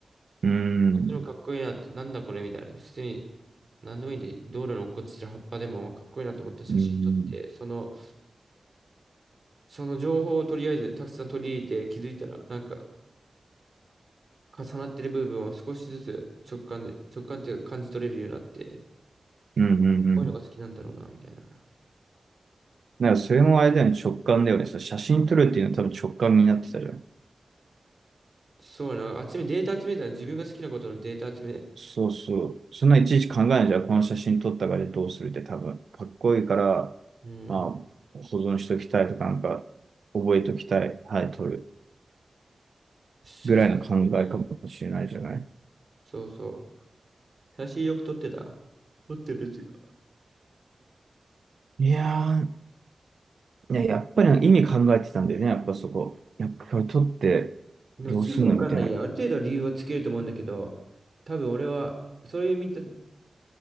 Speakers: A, on the right; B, on the right.
A: うん。
B: こっちのかっこいいなって、なんだこれみたいな。普通に、なんでもいいんで、道路に落っこちてる葉っぱでもかっこいいなと思って写真撮って、
A: うん。
B: その、その情報をとりあえずたくさん取り入れて気づいたら、なんか重なってる部分を少しずつ直感で、直感っていうか感じ取れるようになって、
A: うん。うん。うん。
B: かっこいいのが好きなんだろうな、みたいな。
A: だからそれもあれだよね、直感だよね。その写真撮るっていうのは多分直感になってたじゃん。
B: そうな、集め、データ集めたら自分が好きなことのデータ集め、
A: そうそう。そんないちいち考えないじゃん。この写真撮ったからどうするって多分。かっこいいから、
B: うん、
A: まあ、保存しときたいとか、なんか、覚えときたい。はい、撮る。
B: 写真、
A: ぐらいの考えかもしれないじゃない。
B: うんそうそう。写真よく撮ってた。撮ってるか
A: いやー、いや、やっぱり意味考えてたんだよね。やっぱそこ。やっぱこれ撮って
B: でもすぐわかんないや。
A: どうすんのみたいな。
B: ある程度理由はつけると思うんだけど、多分俺は、そういう見た、